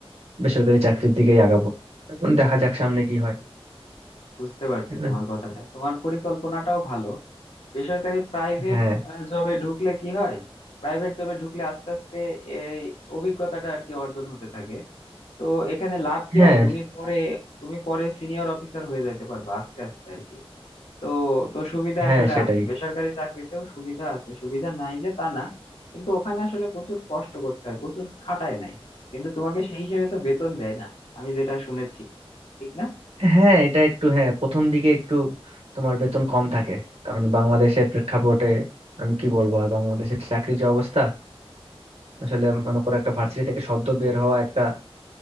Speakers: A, on the right; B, on the left.
A: বেসরকারি চাকরির
B: বুঝতে
A: দিকেই আগাবো
B: পারছি
A: এখন দেখা যাক সামনে কি হয়
B: বুঝতে পারছি
A: তাই
B: তোমার
A: না?
B: কথাটা তোমার পরিকল্পনাটাও ভালো বেসরকারি প্রাইভেট
A: হ্যাঁ
B: জবে ঢুকলে কি হয় প্রাইভেট জবে ঢুকলে আস্তে আস্তে এই অভিজ্ঞতাটা আর কি অর্জন হতে থাকে তো এখানে লাভ কি
A: হ্যাঁ
B: হয় তুমি পরে তুমি পরে সিনিয়র অফিসার হয়ে যাইতে পারবে আস্তে আস্তে আর কি তো তো সুবিধা
A: হ্যাঁ
B: আসলে
A: সেটাই
B: আছে বেসরকারি চাকরিতেও সুবিধা আছে সুবিধা নাই যে তা না কিন্তু ওখানে আসলে প্রচুর কষ্ট করতে হয় প্রচুর খাটায় নাই কিন্তু তোমাকে সেই হিসেবে তো বেতন দেয় না আমি যেটা শুনেছি ঠিক না
A: হ্যাঁ এটা একটু হ্যাঁ প্রথম দিকে একটু তোমার বেতন কম থাকে কারণ বাংলাদেশের প্রেক্ষাপটে আমি কি বলবো আর বাংলাদেশের চাকরির যে অবস্থা আসলে মনে করো একটা ভার্সিটি থেকে সদ্য বের হওয়া একটা